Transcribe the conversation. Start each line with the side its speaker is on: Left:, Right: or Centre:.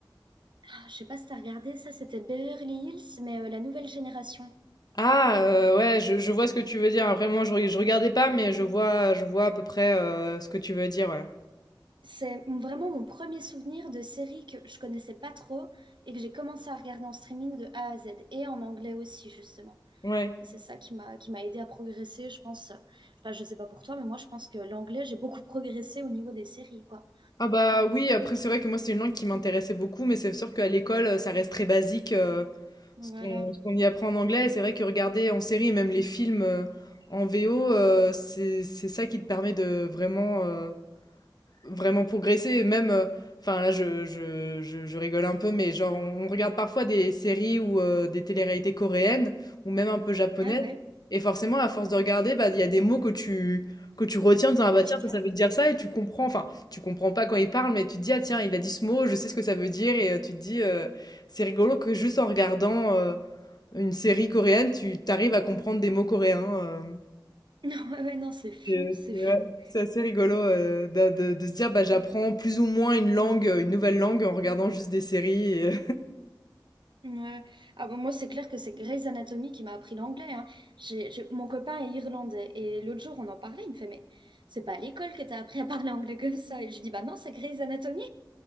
Right: ah, je sais pas si t'as regardé ça, c'était Beverly Hills, mais euh, la nouvelle génération.
Left: Ah, heu, ouais, je je vois ce que tu veux dire. Après moi, je re je regardais pas, mais je vois je vois à peu près, heu, ce que tu veux dire, ouais.
Right: C'est m- vraiment mon premier souvenir de série que je connaissais pas trop et que j'ai commencé à regarder en streaming de A à Z et en anglais aussi justement.
Left: Ouais.
Right: Et c'est ça qui m'a qui m'a aidé à progresser, je pense. euh, Enfin, je sais pas pour toi, mais moi, je pense que l'anglais, j'ai beaucoup progressé au niveau des séries, quoi.
Left: Ah bah, oui, après c'est vrai que moi, c'est une langue qui m'intéressait beaucoup, mais c'est sûr qu'à l'école, heu, ça reste très basique, heu,
Right: Voilà.
Left: ce qu'on ce qu'on y apprend en anglais et c'est vrai que regarder en série et même les films, heu, en VO, heu, c'est c'est ça qui te permet de vraiment, heu vraiment progresser. Et Même, euh, enfin là, je, je, je, je rigole un peu, mais genre, on, on regarde parfois des séries ou euh, des téléréalités coréennes ou même un peu japonaises.
Right: Ah ouais.
Left: Et forcément, à force de regarder, bah, il y a des mots que tu, que tu retiens en disant, ah
Right: Ouais,
Left: bah
Right: que tu
Left: tiens,
Right: gardes.
Left: ça, ça veut dire
Right: <laughs>
Left: ça, et tu comprends, enfin, tu comprends pas quand il parle, mais tu te dis, ah tiens, il a dit ce mot, je sais ce que ça veut dire, et euh, tu te dis, euh, c'est rigolo que juste en regardant euh, une série coréenne, tu t'arrives à comprendre des mots coréens. euh.
Right: Non, ouais, ouais, non, c'est fou,
Left: Et
Right: c'est
Left: C'est
Right: fou.
Left: ouais, c'est assez rigolo euh, d'a- de, de se dire bah, j'apprends plus ou moins une langue, euh, une nouvelle langue en regardant juste des séries. Et...
Right: Ouais. Ah bon, moi, c'est clair que c'est Grey's Anatomy qui m'a appris l'anglais, hein. J'ai, j'ai- Mon copain est irlandais et l'autre jour, on en parlait, il me fait, mais c'est pas à l'école que t'as appris à parler anglais comme ça. Et je dis, bah non, c'est Grey's Anatomy.